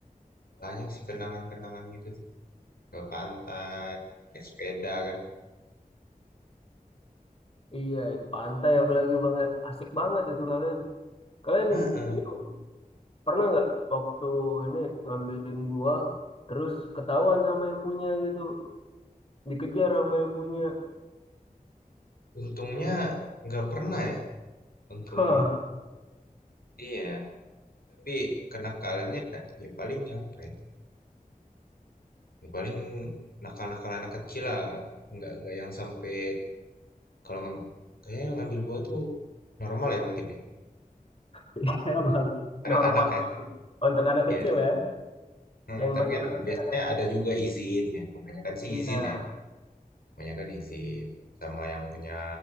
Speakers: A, on the left (about 85°); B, on the left (about 40°).
A: Banyak sih kenangan-kenangan gitu. ke pantai, naik sepeda kan.
B: Iya, di pantai apalagi banget. Asik banget itu kalian. Kalian
A: Hah,
B: ini pernah nggak waktu ini ngambilin buah, terus ketahuan sama yang punya gitu. Dikejar sama yang punya.
A: untungnya nggak pernah ya, untungnya.
B: Hah,
A: Iya, tapi kenakalannya ya paling apa ya? Ya paling nakal-nakal anak kecil lah, nggak nggak yang sampai kalau ngam- kayaknya yang ngambil buah tuh normal ya mungkin ya.
B: <laughs> ya bang.
A: Anak-anak
B: Normal.
A: ya.
B: Untuk anak
A: Iya.
B: kecil ya,
A: Hmm,
B: yang
A: tapi
B: masih
A: kan
B: penasaran.
A: biasanya ada juga izin ya, kebanyakan sih
B: Iya.
A: izin ya, kebanyakan izin sama yang punya